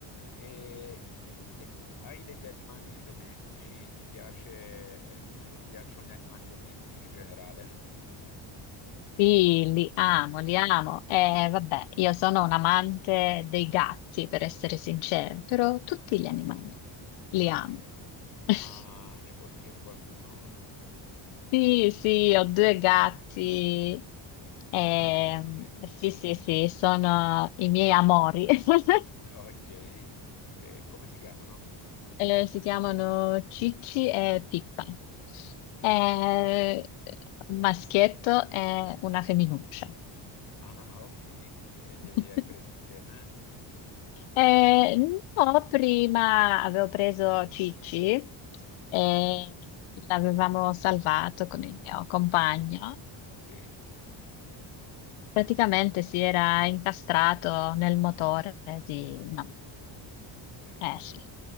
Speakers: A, on the left; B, on the left.
A: E che hai degli animali domestici? Ti piace, eh, ti piacciono gli animali domestici in generale?
B: Sì, li amo, li amo. Eh, vabbè, io sono un amante dei gatti, per essere sincera, però tutti gli animali li
A: Ah,
B: amo.
A: ok.
B: <laughs>
A: Ma ne possiedi qualcuno?
B: Sì, sì, ho due gatti. Ehm,
A: Ah, ok.
B: sì, sì, sì, sono i miei amori. <laughs>
A: Ok. E come si chiamano?
B: Eh, si chiamano Cicci e Pippa. Eh, un maschietto e una femminuccia.
A: Ah, ok. E li,
B: <laughs>
A: li hai presi insieme?
B: Eh, no, prima avevo preso Cicci e
A: Sì,
B: l'avevamo salvato con il mio compagno.
A: sì.
B: Praticamente si era incastrato nel motore di... No,
A: Oh mio
B: eh
A: Dio.
B: sì,